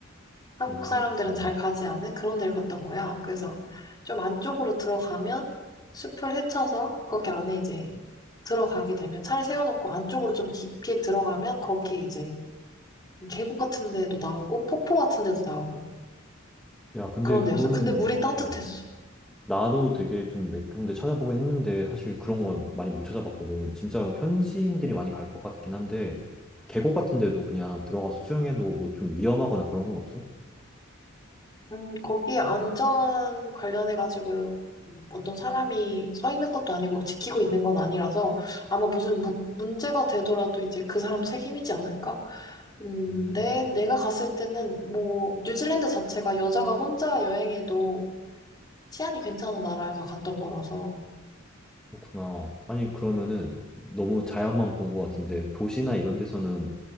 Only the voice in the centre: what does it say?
어,
어. 어.
야, 근데
그거는
어. 나도 되게 좀 몇 군데 찾아보긴 했는데 사실 그런 건 많이 못 찾아봤거든. 진짜 현지인들이 많이 갈 것 같긴 한데 계곡 같은 데도 그냥 들어가서 수영해도 뭐 좀 위험하거나 그런 건 없어?
음,
그렇구나. 아니 그러면은 너무 자연만 본 것 같은데 도시나 이런 데서는